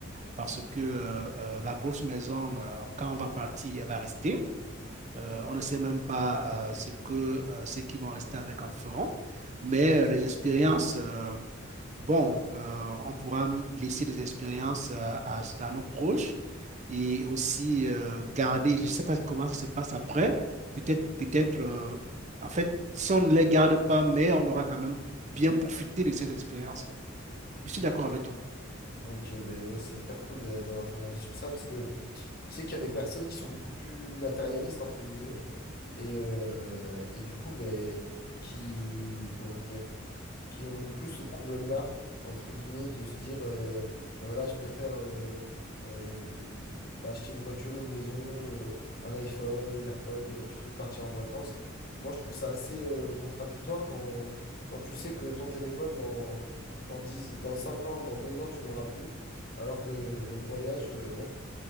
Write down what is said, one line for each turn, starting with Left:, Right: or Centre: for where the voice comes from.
Right: parce que euh, euh, la grosse maison, euh, quand on va partir, elle va rester. Euh, on ne sait même pas euh, ce que euh, ceux qui vont rester avec en feront, mais euh, les expériences, euh, bon, euh, on pourra laisser des expériences euh, à, à, nos proches et aussi euh, garder, je ne sais pas comment ça se passe après, peut-être, peut-être, euh, en fait, si on ne les garde pas, mais on aura quand même bien profité de ces expériences-là. Je suis d'accord avec toi.
Left: Ok, ben ouais, c'est hyper cool d'a- d'avoir ton avis sur ça parce que je sais qu'il y a des personnes qui sont beaucoup plus matérialistes, entre guillemets, et, euh, et du coup, ben, qui, comment dire, qui ont plus ce problème-là, entre guillemets, de se dire, euh, ben voilà, je préfère euh, euh, bah, acheter une voiture, une maison, euh, un iPhone, des AirPods, euh, plutôt que partir en vacances. Moi, je trouve ça assez euh, contradictoire quand, quand tu sais que ton téléphone, dans, dans dix dans 5 ans, dans 2 ans, tu l'auras plus, alors que ben, le voyage, euh,